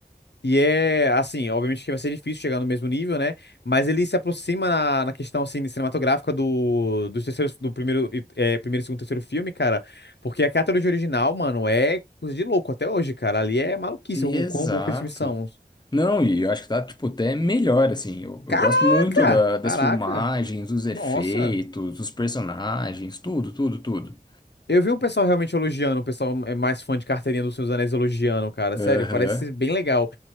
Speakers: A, on the left (about 85°); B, on the left (about 25°).
A: E é, assim, obviamente que vai ser difícil chegar no mesmo nível, né? Mas ele se aproxima na, na questão, assim, cinematográfica do, dos terceiros, do primeiro, é, primeiro, segundo, terceiro filme, cara. Porque a trilogia original, mano, é coisa de louco até hoje, cara. Ali é maluquice
B: Exato.
A: o, o quão bom que esses filmes são.
B: Não, e eu acho que tá, tipo, até melhor, assim. Eu, eu
A: Caraca!
B: gosto muito da- das
A: Caraca!
B: filmagens, dos efeitos,
A: Nossa!
B: dos personagens, tudo, tudo, tudo.
A: Eu vi um pessoal realmente elogiando, o pessoal é mais fã de carteirinha dos Seus Anéis elogiando, cara.
B: Aham.
A: Sério, parece bem legal.